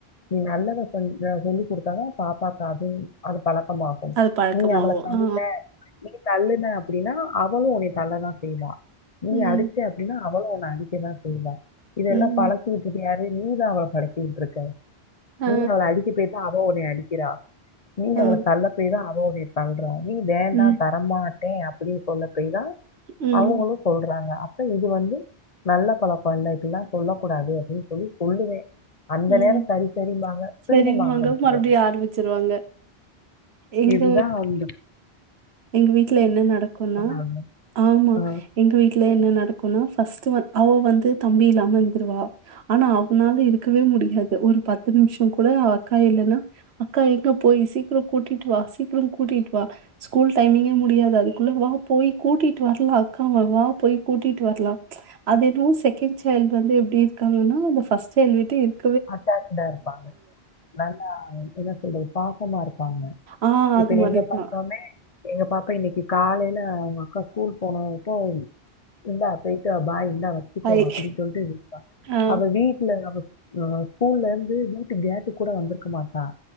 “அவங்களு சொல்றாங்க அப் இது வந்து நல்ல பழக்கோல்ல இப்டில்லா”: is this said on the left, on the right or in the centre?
Left